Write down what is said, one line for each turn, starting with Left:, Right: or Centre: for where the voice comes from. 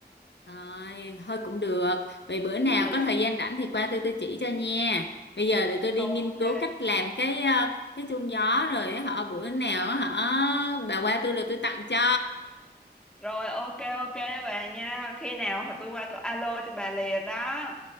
Left: Rồi, thôi cũng được. Vậy bữa nào
Centre: <laughs>
Left: có thời gian rảnh thì qua tôi tôi chỉ cho nha. Bây giờ để tôi đi
Centre: ok
Left: nghiên cứu cách làm cái ờ, cái chuông gió rồi họ bữa nào họ bà qua tôi rồi tôi tặng cho.
Centre: rồi ok ok bà nha khi nào họ tôi qua tôi alo cho bà liền đó